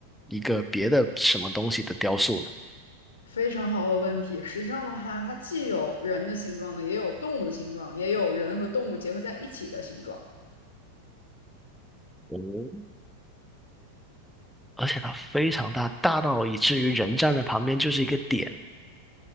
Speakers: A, in the centre; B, on the left.
A: 一个别的什么东西的雕塑呢？
B: 非常好的问题。实际上的话，它既有人的形状呢，也有动物的形状，也有人和动物结合在一起的形状。
A: 哦，而且它非常大，大到以至于人站在旁边就是一个点，